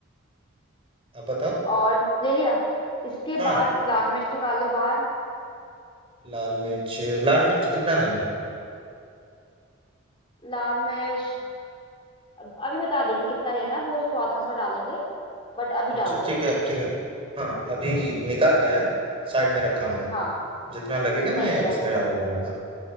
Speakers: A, on the right; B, on the left.
A: आप बताओ
B: और ले लिया इसके
A: हाँ
B: बाद लाल मिर्च निकाल लो बाहर
A: लाल मिर्च लाल मिर्च कितना लेना
B: लाल मिर्च अब- अभी बता देंगे कितना लेना है वो स्वाद अनुसार डालेंगे बट अभी
A: है अच्छा
B: डाल दो
A: ठीक है ठीक है हाँ अभी निकाल लिया है साइड में रखा हूँ मैं
B: हाँ
A: जितना लगेगा
B: सही
A: मैं
B: किया
A: उसमें डाल दूंगा हाँ